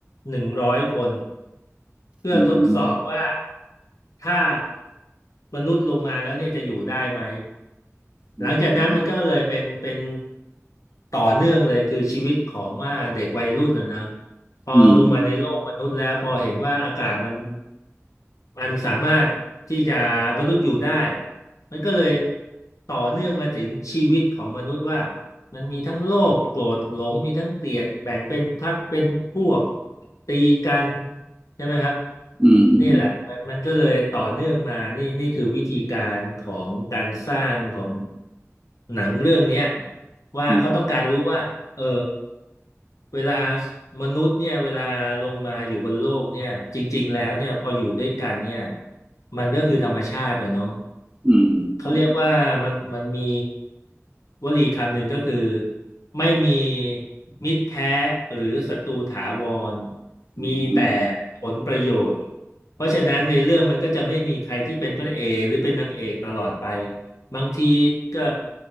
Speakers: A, on the left (about 80°); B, on the right (about 20°).
A: หนึ่งร้อยคนเพื่อทดสอบว่า
B: อืม
A: ถ้ามนุษย์ลงมาแล้วเนี่ยจะอยู่ได้ไหม
B: อืม
A: หลังจากนั้นมันก็เลยเป็นเป็นต่อเนื่องเลยคือชีวิตของว่าเด็กวัยรุ่นนะนะพอลงมาในโลกมนุษย์แล้วพอเห็นว่าอากาศมัน
B: อืม
A: มันสามารถที่จะมนุษย์อยู่ได้มันก็เลยต่อเนื่องมาถึงชีวิตของมนุษย์ว่ามันมีทั้งโลภโกรธหลงมีทั้งเกลียดแบ่งเป็นพรรคเป็นพวกตีกันใช่ไหมครับ
B: อืมอืม
A: นี่แหละมันมันก็เลยต่อเนื่องมานี่นี่คือวิธีการของการสร้างของหนังเรื่องเนี้ยว่าเขาต้องการรู้ว่าเออ
B: อืม
A: เวลามนุษย์เนี่ยเวลาลงมาอยู่บนโลกเนี่ยจริงๆแล้วเนี่ยพออยู่ด้วยกันเนี่ยมันก็คือธรรมชาติอะเนาะ
B: อืม
A: เขาเรียกว่ามันมันมีวลีคำหนึ่งก็คือไม่มีมิตรแท้หรือศัตรูถาวร
B: อืม
A: มีแต่ผลประโยชน์เพราะฉะนั้นในเรื่องมันก็จะไม่มีใครที่เป็นพระเอกหรือเป็นนางเอกตลอดไป บางทีก็